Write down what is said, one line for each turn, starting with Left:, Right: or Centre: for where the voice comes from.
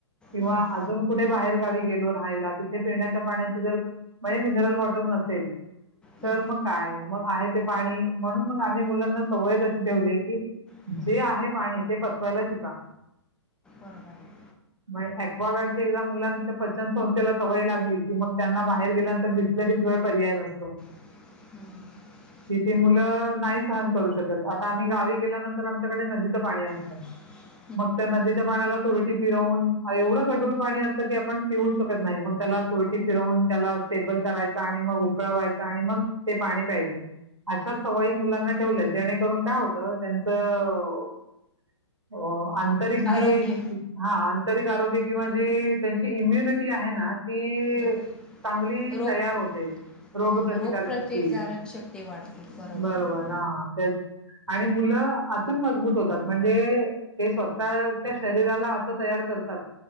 Right: किंवा
Centre: हं,
Right: अजून कुठे बाहेर गावी गेलो. रायला तिथे पिण्याच्या पाण्याची जर म्हणजे मिनरल वॉटर नसेल
Centre: हं,
Right: तर मग काय मग आहे ते पाणी म्हणून मग आम्ही मुलांना सवयचं अशी ठेवली ये की
Centre: हं.
Right: जे आहे पाणी ते पचवायला शिका.
Centre: बरोबर ये.
Right: मग ऍक्वागार्डची एकदा मुलांच्या पचनसंस्थेला सवय लागली की मग त्यांना बाहेर गेल्यानंतर दिसल <unintelligible> पर्याय नसतो.
Centre: हम्म
Right: की ते मुलं नाही सहन करू शकत. आता आम्ही गावी गेल्यानंतर आमच्याकडे नदीच पाणी अस
Centre: <inaudible>
Right: मग त्या नदीच्या पाण्याला तुरटी फिरवून एवढं गडूळ पाणी असतं की आपण पिऊू शकत नाही मग त्याला- तुरटी फिरवून त्याला स्टेबल करायच आणि मग उकळवायच आणि मग ते पाणी प्यायच. अशाच सवयी मुलांना ठेवल्यात जेणेकरून काय होतं त्यांचं- अ आंतरिक जी
Centre: आरोग्य
Right: हा आंतरिक आरोग्य किंवा जी त्यांची इम्युनिटी आहे ना ती
Centre: हं.
Right: चांगली
Centre: रोग
Right: तयार होते. रोग
Centre: हं,
Right: प्रतिकारशक्ती
Centre: रोगप्रतिकारक शक्ती वाढते
Right: बरोबर
Centre: आहे
Right: हा तेच आणि मुलं आतून मजबूत होतात. म्हणजे ते स्वतःच्या शरीराला असं तयार करतात.